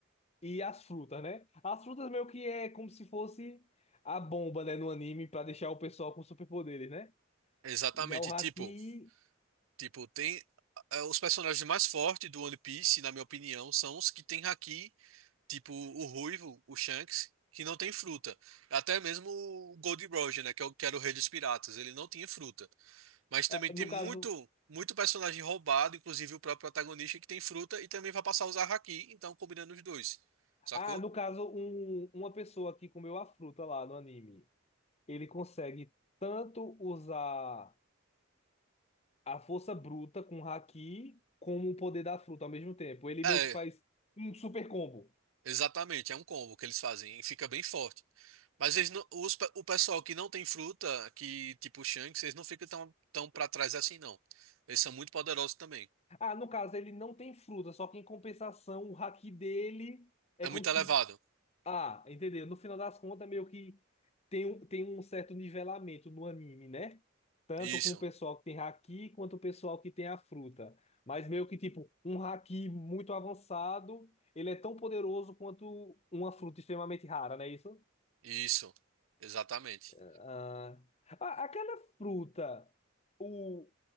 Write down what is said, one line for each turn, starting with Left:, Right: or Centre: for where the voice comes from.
Left: e as frutas, né? As frutas meio que é como se fosse a bomba, né, no anime, pra deixar o pessoal com superpoderes, né?
Right: Exatamente.
Left: Já o haki,
Right: Tipo, tipo, tem. eh, Os personagens mais fortes do One Piece, na minha opinião, são os que têm Haki Tipo o ruivo, o Shanks, que não tem fruta. Até mesmo o Gold Roger, né, que é o, que era o rei dos piratas, ele não tinha fruta. Mas também
Left: ah,
Right: tem
Left: no
Right: muito
Left: caso...
Right: muito personagem roubado, inclusive o próprio protagonista que tem fruta e também vai passar a usar haki, então combinando os dois. Sacou?
Left: Ah, no caso, um, uma pessoa que comeu a fruta lá no anime, ele consegue tanto usar a força bruta com o haki, como o poder da fruta ao mesmo tempo. Ele
Right: É,
Left: meio que faz um super combo.
Right: exatamente, é um combo que eles fazem e fica bem forte. Mas eles não- os pe- o pessoal que não tem fruta, que tipo o Shanks, eles não ficam tão, tão para trás assim, não. Eles são muito poderosos também.
Left: Ah, no caso, ele não tem fruta, só que em compensação, o haki dele é
Right: É
Left: como
Right: muito
Left: se.
Right: elevado.
Left: Ah, entendeu? No final das contas, meio que tem um, tem um certo nivelamento no anime, né? Tanto
Right: Isso.
Left: com o pessoal que tem haki, quanto o pessoal que tem a fruta. Mas meio que, tipo, um haki muito avançado, ele é tão poderoso quanto uma fruta extremamente rara, não é isso?
Right: Isso, exatamente.
Left: Ah, a- aquela fruta, o